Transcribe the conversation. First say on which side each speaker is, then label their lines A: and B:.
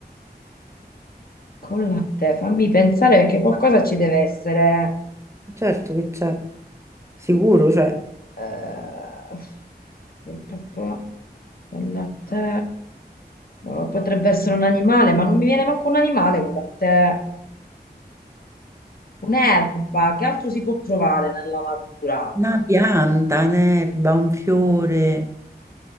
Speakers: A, on the left; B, on the right.
A: con la te, fammi pensare perché qualcosa ci deve essere.
B: Certo che c'è, sicuro c'è.
A: Eh, pa- pa- con la te. Eh, potrebbe essere un animale, ma non mi viene manco un animale con la te. Un'erba, che altro si può trovare nella natura?
B: Una pianta, un'erba, un fiore,